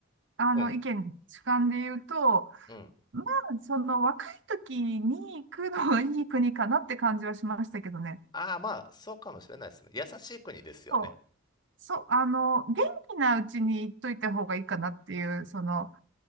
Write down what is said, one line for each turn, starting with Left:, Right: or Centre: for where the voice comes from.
Right: あの、
Left: うん、
Right: 意見、主観で言うと、
Left: うん。
Right: まあ、その若い時に行くのはいい国かなって感じはしましたけどね。
Left: ああ、まあ、そうかもしれないですね。優しい国ですよね。
Right: そう、そう、あの、元気なうちに行っといた方がいいかなっていう、その、